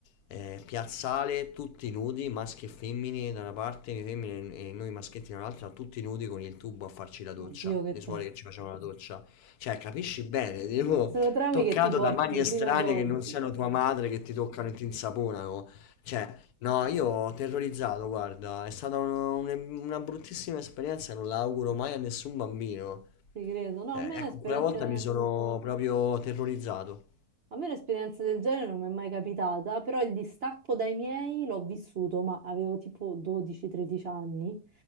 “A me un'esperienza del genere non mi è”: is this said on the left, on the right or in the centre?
Right